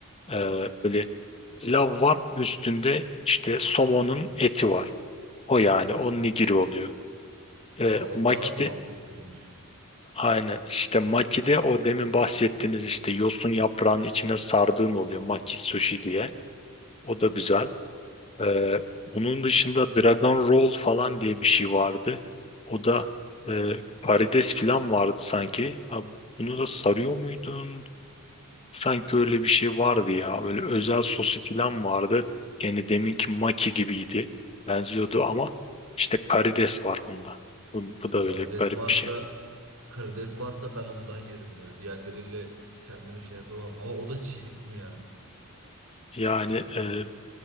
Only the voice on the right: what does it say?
Aa
o da mantıklıymış.
Karides
varsa
karides varsa ben ondan yerim ya. Diğerleriyle kendimi şey yapamam. Ama o da çiğ değil mi ya?
Hmm.